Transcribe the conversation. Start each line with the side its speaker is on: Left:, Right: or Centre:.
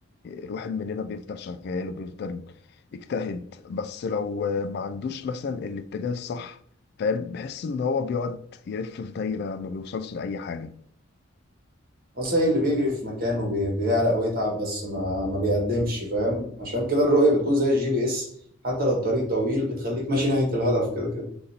Left: الواحد مننا بيفضل شغال وبيفضل يجتهد بس لو ما عندوش مثلا الاتجاه الصح فاهم بحس ان هو بيقعد يلف في دايرة ما بيوصلش لأي حاجة
Right: أصل إيه اللي بيجري في مكانه بي- بيعرق ويتعب بس ما ما بيقدمش فاهم عشان كده الرؤية بتكون زي الجي بي إس حتى لو الطريق طويل بتخليك ماشي ناحية الهدف كده كده